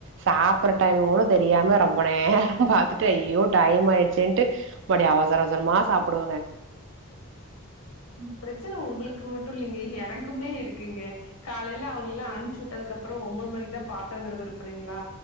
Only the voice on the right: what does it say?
சாப்பட்ற டைம் கூட தெரியாம ரொம்ப நேர பாத்துட்டு ஐயோ டைம் ஆயிடுச்சேன்ட்டு மவுடி அவசர அவசரமா சாப்புடுவங்க